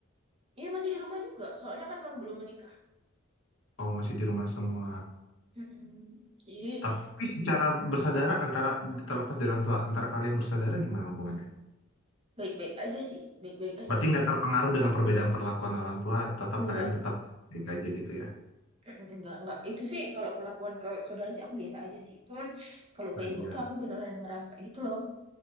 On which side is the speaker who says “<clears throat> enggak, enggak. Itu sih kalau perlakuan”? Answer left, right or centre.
Right